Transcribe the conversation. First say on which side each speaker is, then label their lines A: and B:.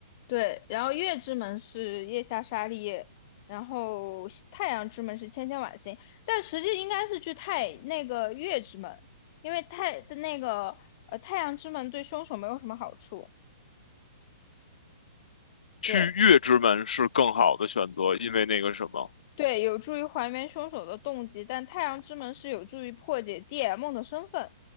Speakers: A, on the left (about 25°); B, on the left (about 70°).
A: 对，然后月之门是月下沙利叶，然后西太阳之门是千千晚星，但实际应该是去太那个月之门，因为太的那个呃太阳之门对凶手没有什么好处，
B: 去月之门是更好的选择，
A: 对
B: 因为那个什么，
A: 对，有助于还原凶手的动机，但太阳之门是有助于破解 DM 的身份。